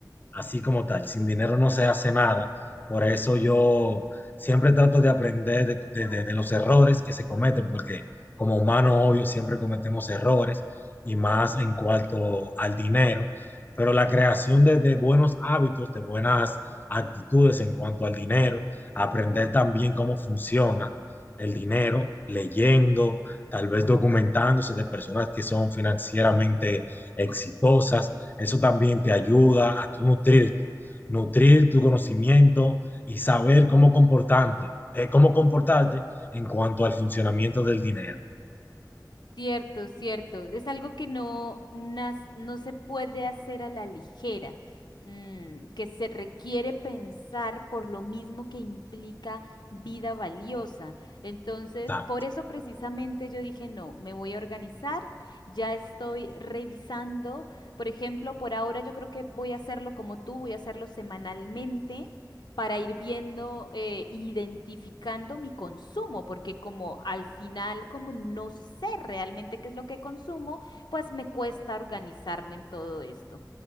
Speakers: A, on the left; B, on the left.
A: así como tal. Sin dinero no se hace nada. Por eso yo siempre trato de aprender de, de- de- de los errores que se cometen, porque como humanos, obvio, siempre cometemos errores y más en cuanto al dinero. Pero la creación de, de buenos hábitos, de buenas actitudes en cuanto al dinero, aprender también cómo funciona el dinero, leyendo, tal vez documentándose de personas que son financieramente exitosas eso también te ayuda a tú nutrirte, nutrir tu conocimiento y saber cómo comportarte, eh, cómo comportarte en cuanto al funcionamiento del dinero.
B: Cierto, cierto. Es algo que no, nas- no se puede hacer a la ligera, mm, que se requiere pensar por lo mismo que implica vida valiosa. Entonces,
A: Tal.
B: por eso precisamente yo dije, no, me voy a organizar, ya estoy revisando. Por ejemplo, por ahora yo creo que voy a hacerlo como tú, voy a hacerlo semanalmente para ir viendo, eh, identificando mi consumo, porque como al final, como no sé realmente qué es lo que consumo, pues me cuesta organizarme en todo esto.